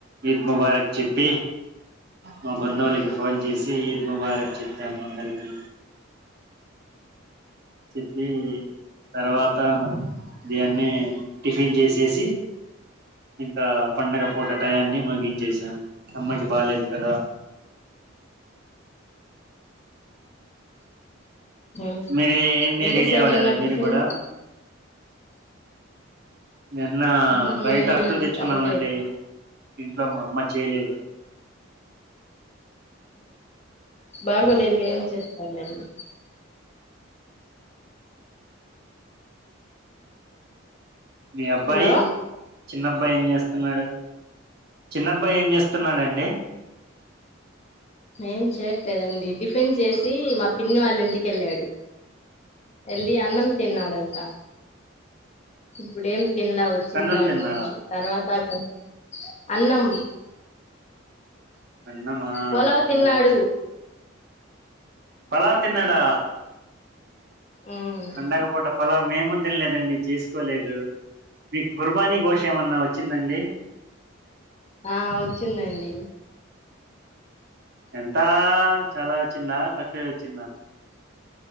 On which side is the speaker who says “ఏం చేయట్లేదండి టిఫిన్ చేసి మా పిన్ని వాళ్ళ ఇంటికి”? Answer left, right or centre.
Left